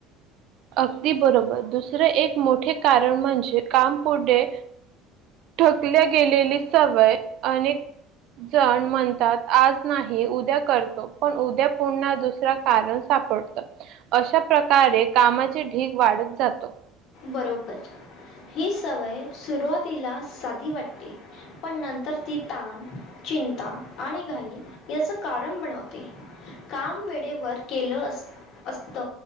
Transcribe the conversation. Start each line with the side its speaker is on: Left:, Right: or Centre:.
Right: अगदी बरोबर दुसरे एक मोठे कारण म्हणजे काम पुढे ढकलल्या गेलेली सवय आणि जण म्हणतात आज नाही उद्या करतो. पण उद्या पुन्हा दुसरा कारण सापडत. अशा प्रकारे कामाचे ढीग वाढत जातो.
Left: बरोबर, ही सवय सुरुवातीला साधी वाटते. पण नंतर ती ताण, चिंता आणि घाई याच कारण बनवते. काम वेळेवर केलं अस असत